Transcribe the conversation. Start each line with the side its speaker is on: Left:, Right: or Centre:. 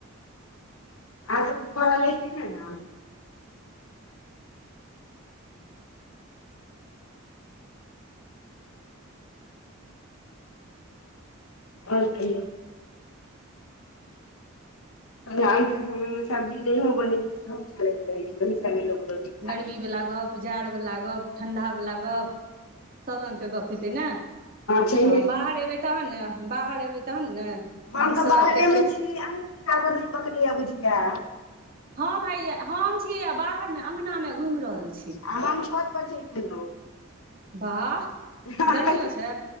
Left: आह त दुपहराा लै छी ने ने आओर कहियो आइ के समय मे सब्जी नहि हो ब सेहो चलैत रहे छै रोटी खा
Right: गर्मी
Left: लै छै
Right: वला गप जाड़ वला गप ठण्ढा वला गप <inaudible> सब रंग के गप हेतै ने
Left: छैहे
Right: हँ
Left: की
Right: बाहर एबै तहन ने बाहर एबै तहन ने
Left: हम
Right: नीकसँ
Left: तऽ बाहरे
Right: कटि
Left: मे
Right: कटि
Left: छी अहँके टावर नहि पकड़ैय बुझिया
Right: हम हैया हम छीयै बाहर मे अंगनामे घुमि रहल छी
Left: आ हम छत पर चैल एलौं
Right: वाह
Left: त
Right: गर्मियो
Left: त
Right: छै